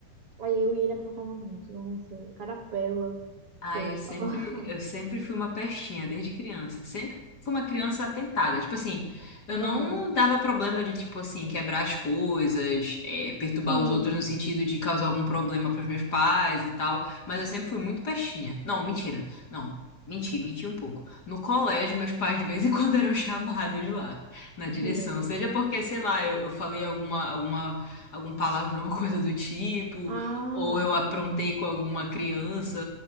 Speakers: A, on the right; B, on the left.
A: Aí eu e ele aprontava muito, nossa, cada pérola
B: Ah,
A: que eu vou
B: eu
A: te
B: sempre,
A: falar. <laughs>
B: eu sempre fui uma pestinha, desde criança. Sempre fui uma criança atentada. Tipo assim, eu
A: Aham,
B: não dava problema de, tipo assim, quebrar as coisas, eh, perturbar
A: Sim,
B: os outros no sentido de causar algum problema pros meus pais e tal. Mas eu sempre fui muito pestinha. Não, mentira. Não, menti, menti um pouco. No colégio, meus pais de vez em <laughs> quando eram chamados lá, na
A: Ah,
B: direção.
A: meu Deus.
B: Seja porque, sei lá, eu, eu falei alguma, alguma, algum palavrão, <laughs> coisa do tipo
A: Ah,
B: ou eu aprontei com alguma criança,